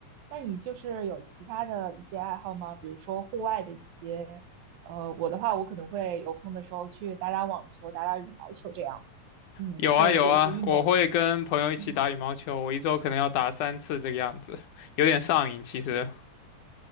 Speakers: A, on the right; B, on the left.
A: 那你就是有其他的一些爱好吗？比如说户外的一些，呃，我的话，我可能会有空的时候去打打网球、打打羽毛球这样。嗯，
B: 有啊有啊，
A: 你会做一些运动吗？
B: 我会跟朋友一起打羽毛球，
A: 嗯。
B: 我一周可能要打三次这个样子，有点上瘾其实。